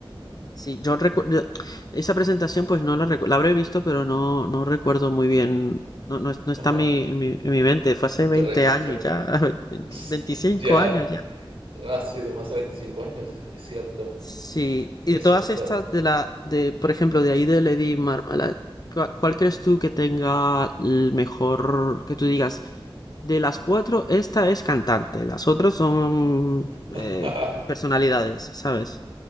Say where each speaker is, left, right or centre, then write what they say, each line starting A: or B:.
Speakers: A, on the left; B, on the right.
A: Sí, yo recuerdo esa presentación, pues no la recu- la habré visto, pero no, no recuerdo muy bien, no, no, es- no está
B: Ajá,
A: en mi, en mi, en mi mente, fue hace 20
B: registro.
A: años ya, <laughs> 20
B: <laughs>
A: 25
B: ya
A: años ya.
B: ha sido más de 25 años, es cierto,
A: Sí, y
B: es
A: de todas
B: cierto.
A: estas de la, de, por ejemplo, de ahí de Lady Marmalade, ¿cuál, cuál crees tú que tenga el mejor, que tú digas, de las cuatro, esta es cantante, las otras son
B: <laughs>
A: eh, personalidades, ¿sabes?